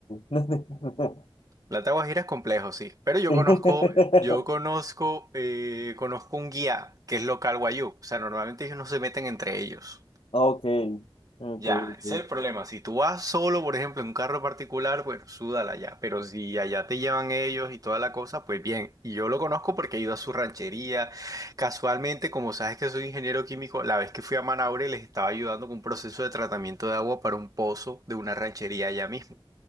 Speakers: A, on the left; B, on the right.
A: <laughs>
B: La Alta Guajira es complejo, sí, pero yo
A: Sí.
B: conozco,
A: <laughs>
B: yo conozco, eh, conozco un guía que es local guayú. O sea, normalmente ellos no se meten entre ellos.
A: Ok, ok,
B: Ya, ese
A: ok.
B: es el problema. Si tú vas solo, por ejemplo, en un carro particular, bueno, súdala ya. Pero si allá te llevan ellos y toda la cosa, pues bien. Y yo lo conozco porque he ido a su ranchería. Casualmente, como sabes que soy ingeniero químico, la vez que fui a Manaure les estaba ayudando con un proceso de tratamiento de agua para un pozo de una ranchería allá mismo.